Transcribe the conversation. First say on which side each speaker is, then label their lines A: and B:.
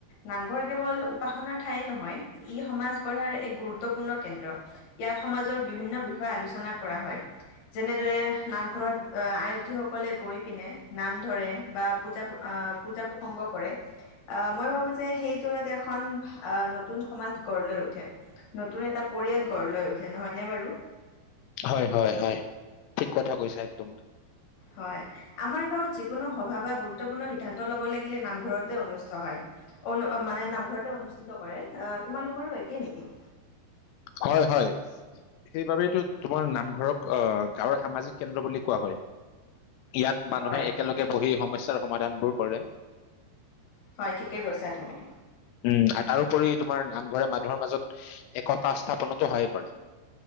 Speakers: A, on the left; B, on the left.
A: নামঘৰ কেৱল উপাসনাৰ ঠাই নহয় ই সমাজ গঢ়াৰ এক গুৰুত্বপূৰ্ণ কেন্দ্ৰ ইয়াত সমাজৰ বিভিন্ন বিষয়ে আলোচনা কৰা হয় যেনেদৰে নামঘৰত আয়তীসকলে গৈ পিনে নাম ধৰে বা পূজা আহ পূজা প্ৰসংগ কৰে আহ মই ভাবো যে সেই যোৰতে এখন আহ নতুন সমাজ গঢ় লৈ উঠে নতুন এটা পৰিয়াল গঢ় লৈ উঠে নহয়নে বাৰু
B: হয় হয় হয় ঠিক কথা কৈছা একদম
A: হয় আমাৰ গাঁৱত যিকোনো সভা বা গুৰুত্বপূৰ্ণ সিদ্ধান্ত ল'ব হ'ব লাগিলে নামঘৰতে অনুস্থ হয় অনু মানে নামঘৰতে অনুষ্ঠিত কৰে আহ তোমালোকৰো একেই নেকি
B: হয় হয় সেইবাবেতো তোমাৰ নামঘৰক আহ গাঁওৰ সামাজিক কেন্দ্ৰ বুলি কোৱা হয় ইয়াত মানুহে
A: হয়,
B: একেলগে বহি সমস্য সমাধানবোৰ কৰে
A: হয় ঠিকে কৈছা তুমি
B: উম আৰু তাৰোপৰি তোমাৰ নামঘৰে মানুহৰ মাজত একতা স্থাপনতো সহায় কৰে